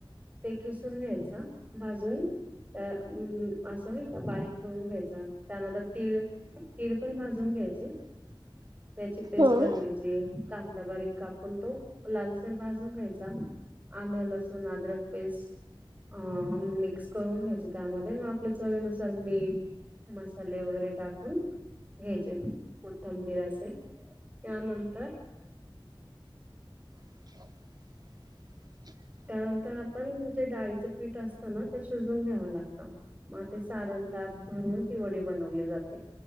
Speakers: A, on the right; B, on the right.
A: ते खिसून घ्यायचं भाजून त्या अम्म असं नाही का बारीक करून घ्यायचं त्यानंतर तीळ तीळ पण भाजून घ्यायचे.
B: <unintelligible>
A: त्याची पेस्ट
B: हम्म
A: बनवायची, कांदा बारीक कापून तो लालसर भाजून घ्यायचा. आलं, लसूण, आद्रक पेस्ट अ मिक्स करून घ्यायची, त्यामध्ये मग आपल्या चवीनुसार मीठ मसाले वगैरे टाकून घ्यायचे कोथंबीर असे त्यानंतर
B: <unintelligible>
A: त्यानंतर आपण जे डाळीचं पीठ असतं ना ते शिजून घ्यावं लागत. मग ते सारण त्यात भरून ती वडी बनवली जाते.